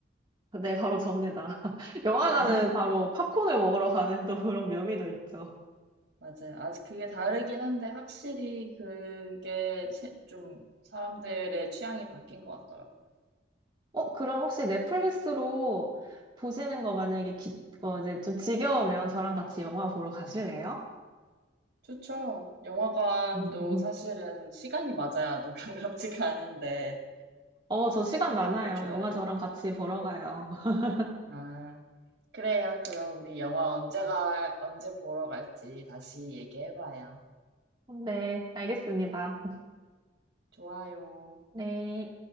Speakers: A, on the right; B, on the right.
A: 네, 바로 접니다. <laughs> 영화관은
B: 네, <laughs>
A: 바로 팝콘을 먹으러 가는 또 그런 묘미도 있죠.
B: 맞아요. 아직 그게 다르긴 한데, 확실히 그게 세- 좀 사람들의 취향이 바뀐 것 같더라고요.
A: 어, 그럼 혹시 넷플릭스로 보시는 거 만약에 기, 어, 이제 좀 지겨우면 저랑 같이 영화 보러 가실래요?
B: 좋죠. 영화관도
A: <laughs>
B: 사실은 시간이 맞아야 누가갑 같이 가는데,
A: 어, 저 시간
B: <laughs> 너무
A: 많아요.
B: 좋아요.
A: 영화 저랑 같이 보러 가요. <laughs>
B: 아, 그래요. 그럼 우리 영화 언제가, 언제 보러 갈지 다시 얘기해봐요.
A: 네, 알겠습니다.
B: 좋아요.
A: 네.